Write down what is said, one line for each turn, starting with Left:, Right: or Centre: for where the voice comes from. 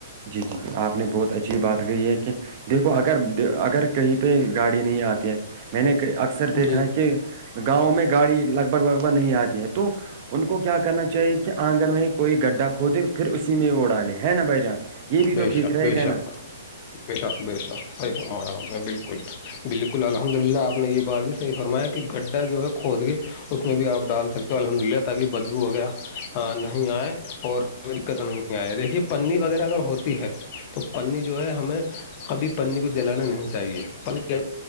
Right: جی جی جی آپ نے بہت اچھی بات کہی ہے کہ دیکھو اگر اگر کہیں پہ گاڑی نہیں آتی ہے میں نے اکثر دیکھا
Left: جی
Right: ہے کہ گاؤں میں گاڑی لگ بھگ لگ بھگ نہیں آتی ہے تو ان کو کیا کرنا چاہیے کہ آنگن میں کوئی گڈھا کھودے پھر اسی میں وہ اسی میں ڈالے ہے نا بھآئی جان یہ بھی
Left: بیشک
Right: تو ٹھیک رہے
Left: بیشک
Right: گا نا
Left: بیشک بیشک صحی فرمایا آپ نے بالکل بالکل الحمد للہ آپ نے یہ بات بھی صحی فرمایا کہ گڈھا جو ہے خود کے اس میں بھی آپ ڈال سکتے ہو الحمد للہ تاکہ بدبو وغیرہ نہیں آئے اور کوئی دقت نہیں آیا دیکھیے پنی وغیرہ اگر ہوتی ہے تو پنی جو ہے ہمیں کبھی پنی کو جلانے نہیں چاہیے پنی سے